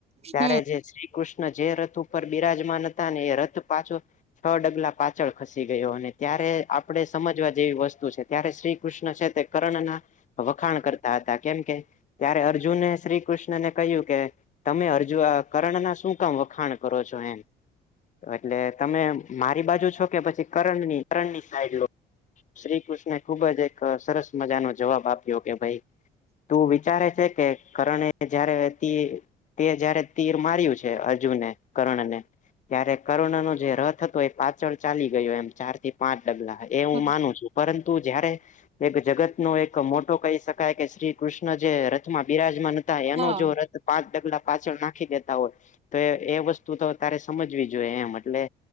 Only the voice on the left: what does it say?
ત્યારે
જે શ્રી કૃષ્ણ જે રથ ઉપર બિરાજમાન હતા ને એ રથ પાછો છ ડગલા પાછળ ખસી ગયો અને ત્યારે આપણે સમજવા જેવી વસ્તુ છે. ત્યારે શ્રી કૃષ્ણ છે તે કર્ણના વખાણ કરતા હતા કેમ કે ત્યારે અર્જુને શ્રી કૃષ્ણને કહ્યું કે તમે અરજુ અ કરણના શું કામ વખાણ કરો છો એમ. એટલે તમે મારી બાજુ છો કે પછી કરણની કરણની સાઈડ લો. શ્રી કૃષ્ણ ખુબ જ એક સરસ મજાનો જવાબ આપ્યો કે ભઈ તું વિચારે છે કે કરણે જયારે તીર તે જયારે તીર માર્યું છે અર્જુને કર્ણને ત્યારે કર્ણનો જે રથ હતો એ પાછળ ચાલી ગયો એમ ચારથી પાંચ ડગલા એ હું
માનું છું. પરંતુ જયારે એક જગતનો એક મોટો કહી શકાય કે શ્રી કૃષ્ણ જે રથમાં બિરાજમાન હતા એનો
જો રથ પાંચ ડગલા પાછળ નાખી દેતા હોય તો એ વસ્તુ તો તારે સમજવી જોઈએ એમ એટલે